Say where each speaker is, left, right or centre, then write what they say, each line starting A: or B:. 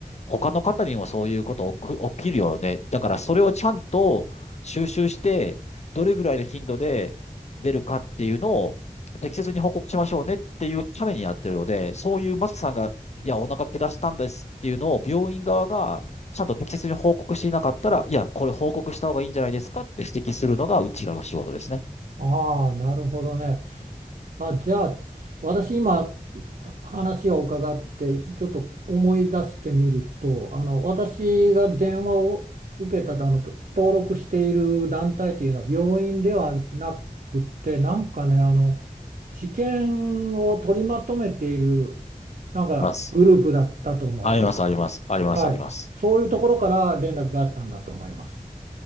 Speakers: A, on the left; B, on the right.
A: 他の方にもそういうこと起き、起きるよね。だから、それをちゃんと収集して、どれぐらいの頻度で出るかっていうのを適切に報告しましょうねっていうためにやってるので、そういうマサさんが、いや、お腹下したんですっていうのを病院側がちゃんと適切に報告していなかったら、いや、これ報告した方がいいんじゃないですかって指摘するのがうちらの仕事ですね。
B: ああ、なるほどね。あ、じゃあ、私今い話を伺って、ちょっと思い出してみると、あの、私が電話を受けたあの、と登録している団体というのは病院ではなくて、なんかね、あの、治験を取りまとめている、なんかグループだったと思います。
A: ます。あります、あります、あります、
B: はい。
A: あります。
B: そういうところから連絡があったんだと思います。